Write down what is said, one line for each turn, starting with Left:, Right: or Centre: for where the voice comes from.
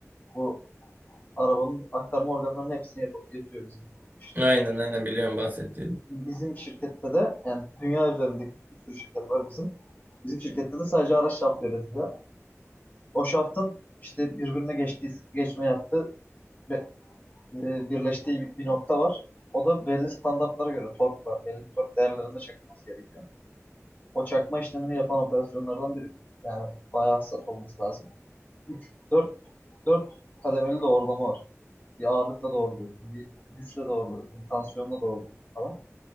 Left: Bu arabanın aktarma organlarının hepsini yapıp yapıyor bizim. İşte
Right: aynen aynen biliyorum bahsettiğim.
Left: Bizim şirkette de yani dünya üzerindeki bir sürü şirket var bizim. Bizim şirkette de sadece araç şaftı üretiliyor. O şaftın işte birbirine geçtiği, geçme yaptığı ve e, birleştiği bir, bir nokta var. O da belli standartlara göre torkla, belli tork değerlerinde çakılması gerekiyor. O çakma işlemini yapan operasyonlardan biri. Yani bayağı hassas olması lazım. 3, 4, 4 kademeli doğrulama var. Bir ağırlıkla doğruluyorsun, bir güçle doğruluyorsun, bir tansiyonla doğruluyorsun falan.